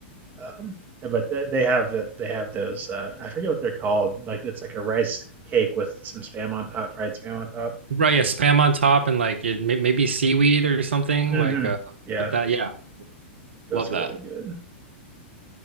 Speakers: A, on the right; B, on the right.
A: Um, but th- they have they have those. Uh, I forget what they're called. Like it's like a rice cake with some spam on top, fried spam on top.
B: Right, yeah, spam on top, and like it, may- maybe seaweed or something
A: hmm
B: like uh,
A: Yeah,
B: like that. Yeah,
A: those
B: love
A: are
B: that.
A: really good.